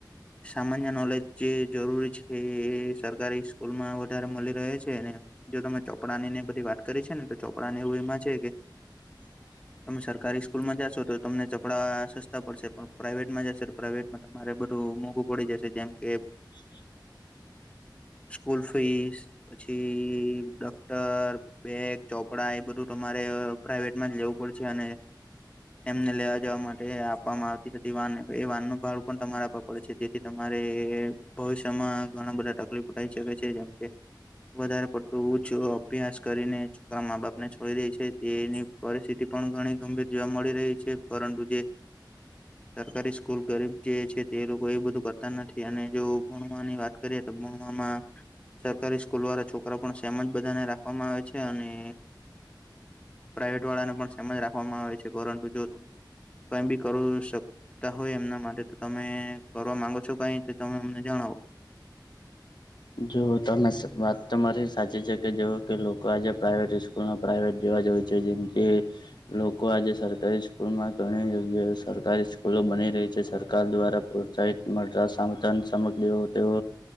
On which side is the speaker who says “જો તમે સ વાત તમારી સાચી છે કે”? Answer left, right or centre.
Left